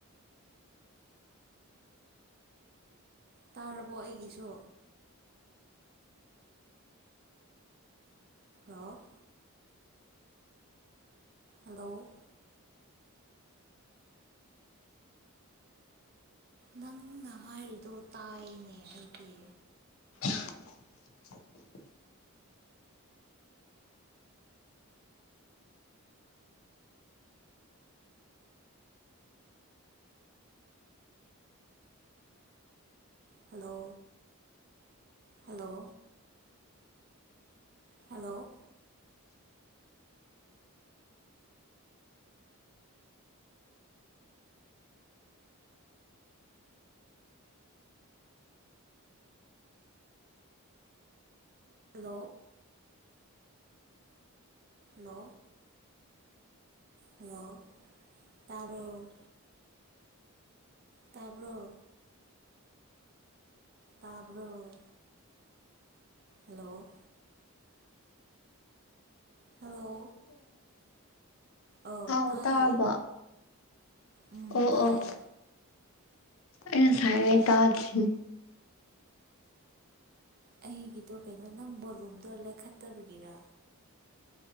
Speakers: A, on the right; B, on the left.
A: ꯇꯥꯔꯕ ꯑꯩꯒꯤꯁꯨ ꯑꯣ ꯍꯜꯂꯣ ꯅꯪꯅ ꯍꯥꯏꯔꯤꯗꯣ ꯇꯥꯏꯅꯦ ꯑꯩꯒꯤ
B: <unintelligible>
A: ꯍꯂꯣ ꯍꯜꯂꯣ ꯍꯜꯂꯣ ꯍꯂꯣ ꯅ ꯍꯂꯣ ꯇꯥꯣ ꯇꯥꯔꯕꯣ ꯇꯥꯔꯕꯔꯣ ꯍꯜꯂꯣ ꯍꯜꯂꯣ ꯑꯧ
B: ꯑꯥꯎ
A: ꯇꯥꯏꯌꯦ
B: ꯇꯥꯔꯕ
A: ꯎꯝ
B: ꯑꯣ
A: ꯇꯥꯏꯌꯦ
B: ꯑꯣ ꯑ ꯉ ꯁꯥꯏꯉꯩ ꯇꯥꯗ꯭ꯔꯤꯅꯦ
A: ꯑꯩꯒꯤꯗꯣ ꯀꯩꯅꯣ ꯅꯪ ꯕꯣꯂꯨꯝꯗꯣ ꯂꯩꯥꯏꯈꯠꯇꯕꯒꯤꯔ